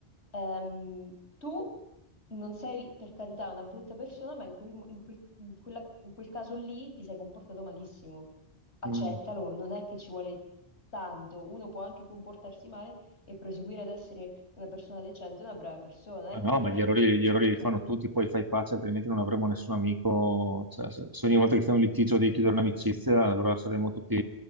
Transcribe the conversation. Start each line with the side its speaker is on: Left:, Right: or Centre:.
Left: Ehm, tu non sei per carità una brutta persona, ma in quel, mo- in quel- in quella- in quel caso lì ti sei comportato malissimo. Accettalo,
Right: Mm.
Left: non è che ci vuole tanto. Uno può anche comportarsi male e proseguire ad essere una persona decente, una brava persona. Non
Right: Ma
Left: è
Right: no,
Left: che ti ho detto,
Right: ma gli errori, gli errori
Left: cioè,
Right: li fanno tutti, poi fai pace, altrimenti non avremo nessun amico. Cioè, se, se ogni volta che c'è un litigio devi chiudere un'amicizia, allora saremo tutti